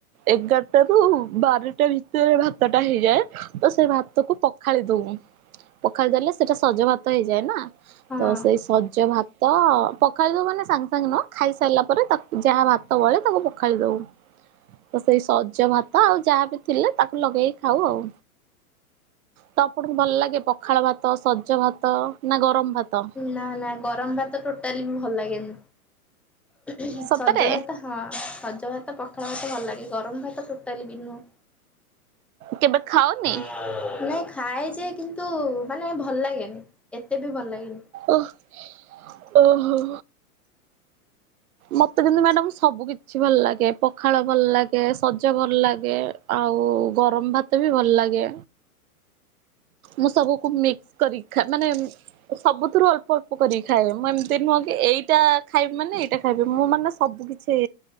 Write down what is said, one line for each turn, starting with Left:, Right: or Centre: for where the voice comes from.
Right: ଏଗାରଟା ରୁ ବାରଟା ଭିତରେ ଭାତ ଟା ହେଇଯାଏ। ତ ସେ ଭାତକୁ ପଖାଳି ଦଉ। ପଖାଳି ଦେଲେ ସେଇଟା ସଜ ଭାତ ହେଇଯାଏ ନାଁ,
Centre: ହଁ
Right: ତ ସେଇ ସଜ ଭାତ, ପଖାଳ ମାନେ ସାଙ୍ଗେ ସାଙ୍ଗେ ନହଁ ଖାଇସାରିଲା ପରେ ଯାହା, ଯାହା ଭାତ ବଳେ ତାକୁ ପଖାଳି ଦଉ। ତ ସେଇ ସଜ ଭାତ ଆଉ ଯାହାବି ଥିଲେ, ତାକୁ ଲଗେଇ ଖାଉ ଆଉ। ତ ଆପଣଙ୍କୁ ଭଲ ଲାଗେ ପଖାଳ ଭାତ, ସଜ ଭାତ ନା ଗରମ ଭାତ?
Centre: ନାଁ, ନାଁ ଗରମ ଭାତ ଟୋଟାଲି ବି ଭଲ ଲାଗେନି। ହୁଁ
Right: ସତରେ
Centre: ସଜ ଭାତ ହଁ ସଜ ଭାତ, ପଖାଳ ଭାତ ଭଲ ଲାଗେ ଗରମ ଭାତ ଟୋଟାଲି ବି ନୁହଁ।
Right: କେବେ ଖାଅନି?
Centre: ନାଇଁ ଖାଏ ଯେ, କିନ୍ତୁ ମାନେ ଭଲ ଲାଗେନି। ଏତେ ବି ଭଲ ଲାଗେନି।
Right: ଓହ୍, ଓହୋ। ମତେ କିନ୍ତୁ ମ୍ୟାଡ଼ାମ ସବୁ କିଛି ଭଲ ଲାଗେ। ପଖାଳ ଭଲ ଲାଗେ, ସଜ ଭଲ ଲାଗେ। ଆଉ ଗରମ୍ ଭାତ ବି ଭଲ ଲାଗେ। ମୁଁ ସବୁକୁ ମିକ୍ସ କରି ଖା ମାନେ ମୁଁ ସବୁଥୁରୁ ଅଳ୍ପ ଅଳ୍ପ କରିକି ଖାଏ। ମୁଁ ଏମିତି ନୁହଁ କି ଏଇଟା ଖାଇବି ମାନେ ଏଇଟା ଖାଇବି ମୁଁ ମାନେ ସବୁ କିଛି ତେ